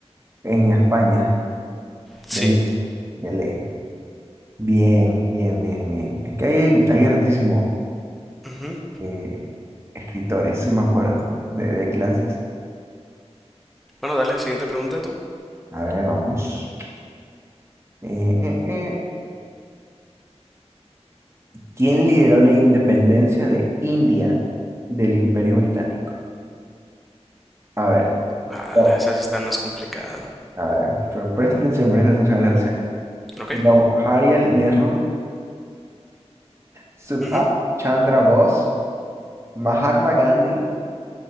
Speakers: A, on the right; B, in the centre.
A: en España.
B: Sí.
A: De ley. De ley. Bien, bien, bien, bien. Es que hay, hay hartísimos
B: Ujú.
A: eh, escritores, sí me acuerdo, de, de clases.
B: Bueno, dale, siguiente pregunta tú.
A: A ver, vamos. Eh, eh, eh. ¿Quién lideró la independencia de India del Imperio Británico? A ver,
B: Ah,
A: ya-
B: esa sí está más complicada.
A: a ver, pero presta atención, presta atención a las opciones.
B: Ok.
A: Jawaharlal Nehru, Subhas
B: Ujú.
A: Chandra Bose, Mahatma Gandhi